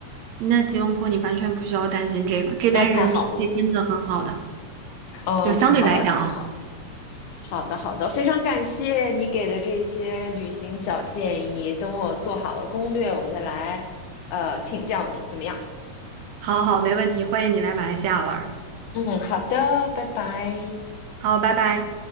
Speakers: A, on the right (about 75°); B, on the left (about 75°).
A: 那吉隆坡你完全不需要担心这个，
B: <laughs>
A: 这边人脾气真的很好的。
B: 那太好了，哦，
A: 就相对来讲啊，
B: 太好了，太好了好的，好的，非常感谢你给的这些旅行小建议。等我做好了攻略，我再来呃请教你，怎么样？
A: 好好，没问题，欢迎你来马来西亚玩儿
B: 嗯，好的，拜拜。
A: 好，拜拜。